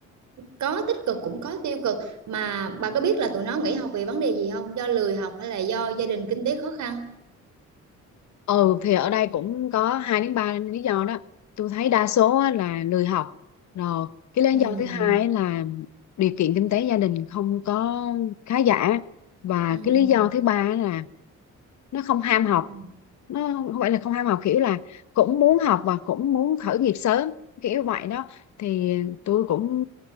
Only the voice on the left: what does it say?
ừ thì ở đây cũng có hai đến ba lý do đó tôi thấy đa số á là lười học rồi cái lý
do thứ hai á là điều kiện kinh tế gia đình không có khá giả và
cái lý do thứ ba á là nó không ham
học nó không phải là không ham học kiểu là cũng muốn học và cũng muốn khởi nghiệp sớm kiểu vậy đó thì tôi cũng